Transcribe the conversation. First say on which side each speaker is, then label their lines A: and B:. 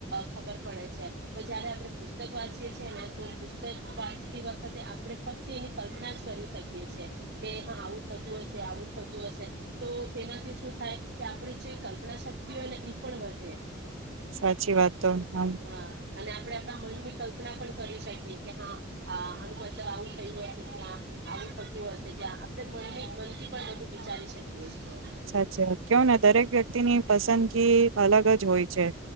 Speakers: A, on the right; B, on the right.
A: ખબર પડે છે પણ જયારે આપણે પુસ્તક વાંચીએ છીએ ને તો પુસ્તક વાંચતી વખતે આપણે ફક્ત એની કલ્પના જ કરી શકીએ છેએ કે હા આવું થતું હશે આવું થતું હશે તો તેનાથી શું થાય કે આપણી જે કલ્પના શક્તિ હોય ને એ પણ વધે
B: સાચી વાત તો હ
A: હા અને આપણે આપણા મનની કલ્પના પણ કરી શકીએ કે હા આનું મતલબ આવું થયું હશે ત્યાં આવું થતું હશે ત્યાં આપણે મન મનથી પણ બધું વિચારી શકીએ છીએ
B: સાચા કેવ ને દરેક વ્યક્તિની પસંદગી અલગ જ હોય છે